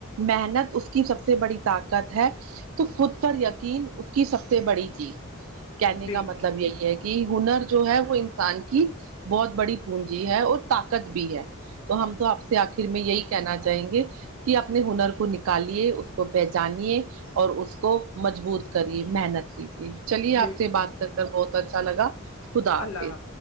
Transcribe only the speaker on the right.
محنت اس کے کی سب سے بڑی طاقت ہے تو خود پر یقین اس کی سب سے بڑی جیت کہنے کا
مطلب یہی ہے کہ ہنر جو ہے وہ انسان کی بہت بڑی پونجی ہے اور طاقت بھی ہے تو ہم تو آپ سے آخر میں یہی کہنا چاہیں گے کہ اپنے ہنر کو نکالیے اس کو پہچانیے اور اس کو مضبوط کریے محنت سے
چلیے آپ سے بات کر کر بہت اچھا لگا خدا حافظ